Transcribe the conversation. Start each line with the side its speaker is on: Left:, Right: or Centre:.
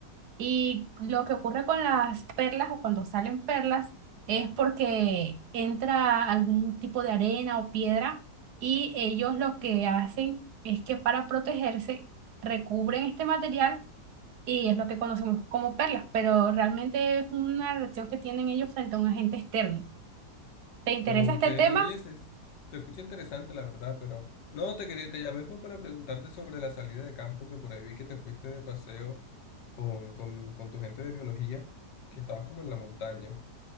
Right: y lo que ocurre con las perlas o cuando salen perlas es porque entra algún tipo de arena o piedra y ellos lo que hacen es que para protegerse recubren este material y es lo que conocemos como perlas, pero realmente es una reacción que tienen ellos frente a un agente externo. ¿Te interesa
Left: Ok,
Right: este tema?
Left: oye, se, se escucha interesante la verdad, pero no te quería, te llamé fue para preguntarte sobre la salida de campo, que por ahí vi que te fuiste de paseo con, con, con tu gente de biología, que estabas como en la montaña.